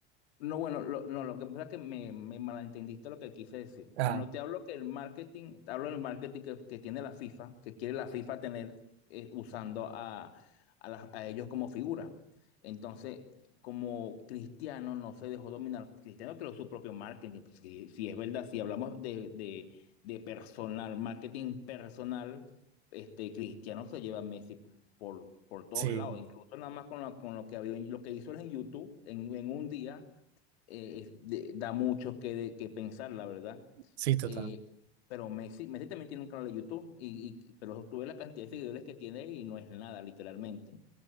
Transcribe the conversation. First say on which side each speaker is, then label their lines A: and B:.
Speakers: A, on the left; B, on the right.
A: No, bueno, lo, no, lo que pasa es que me, me malentendiste lo que quise decir.
B: Ah,
A: Cuando te hablo que el marketing, te hablo del marketing que, que tiene la FIFA, que quiere la FIFA tener eh, usando a, a las- a ellos como figura. Entonces, como Cristiano no se dejó dominar, Cristiano creó su propio marketing. Pues, Si, si es verdad, si hablamos de, de, de personal, marketing personal, este, Cristiano se lleva a Messi por, por todos
B: sí,
A: lados, incluso nada más con, la- con lo que ha habido en- lo que hizo él en YouTube en en un día eh, de- da mucho que, de- que pensar, la verdad.
B: sí, total.
A: Eh, pero Messi, Messi también tiene un canal de YouTube, y, y- pero tú ves la cantidad de seguidores que tiene y no es nada, literalmente.